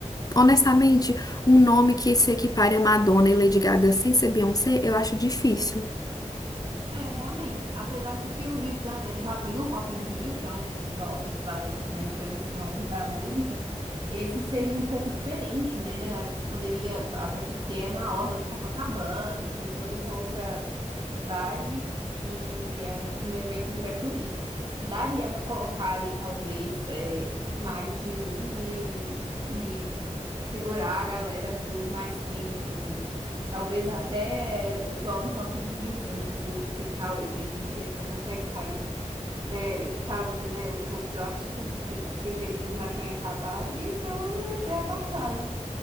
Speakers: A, on the left; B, on the right.
A: honestamente, um nome que se equipare a Madonna e Lady Gaga sem ser Beyoncé, eu acho difícil.
B: É, realmente. Apesar de que o Rio de Janeiro já tem o Rock in Rio, que é um festival que vai, né, grandes nomes da música, esse seria um pouco diferente, né? Acho que poderia, até porque é na orla de Copacabana, tem toda uma outra vibe e, e é um evento gratuito. Daria para colocar ali, talvez, é, mais de um e, e segurar a galera por mais tempo, assim. Talvez até igual no Rock in Rio, você não precisa ficar o evento inteiro, você consegue sair, é, caso, né, o show do seu artista preferido já tenha acabado, e isso é uma ideia bacana.